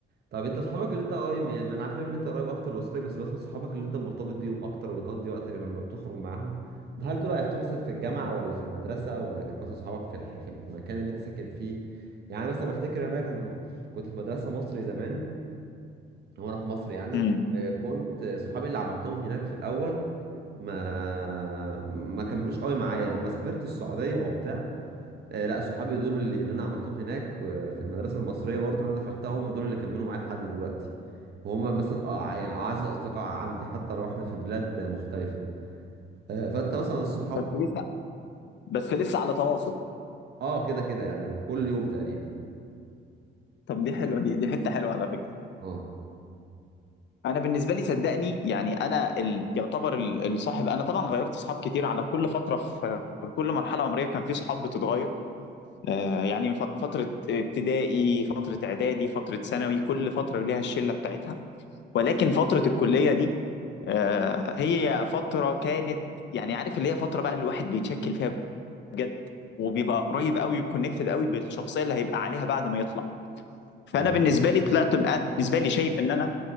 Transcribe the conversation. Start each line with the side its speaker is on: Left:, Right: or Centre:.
Right: طب انت صحابك اللي انت قريب من ما انا عارف ان انت قريب اكتر لوسطك بس مثلا صحابك اللي انت مرتبط بيهم اكتر وبتقضي وقت لما بتخرج معاهم ده هل دول عرفتهم مثلا في الجامعه ولا في المدرسه ولا كان مثلا صحابك في الح... في المكان اللي انت ساكن فيه يعني مثلا افتكر انا كان كنت في مدرسه مصري زمان هو انا في مصر يعني
Left: امم
Right: آه، كنت صحابي اللي عملتهم هناك في الاول ما ما كملوش قوي معايا لما سافرت السعوديه وبتاع آه لا صحابي دول اللي اللي انا عملتهم هناك آه، في المدرسه المصريه برضو اللي انا دخلتها هم دول اللي كملوا معايا لحد دلوقتي وهم مثلا اه يعني اعز اصدقاء عندي حتى لو احنا في بلاد مختلفه آه فانت مثلا الصحاب
Left: بس لسه بس لسه على تواصل
Right: اه كده كده يعني كل يوم تقريبا
Left: طب دي حلوه دي دي حته حلوه على فكره
Right: اه
Left: انا بالنسبه لي صدقني يعني انا ال... يعتبر ال- الصاحب انا طبعا غيرت صحاب كتير على كل فتره في في كل مرحله عمريه كان في صحاب بتتغير آه، يعني من فت- فتره ابتدائي فتره اعدادي فتره ثانوي كل فتره ليها الشله بتاعتها ولكن فتره الكليه دي آه، هي فتره كانت يعني عارف اللي هي فتره بقى الواحد بيتشكل فيها بجد وبيبقى قريب قوي كونكتد قوي بالشخصيه اللي هيبقى عليها بعد ما يطلع فانا
Right: ايوه
Left: بالنسبه لي طلعت أنا بالنسبه لي شايف ان انا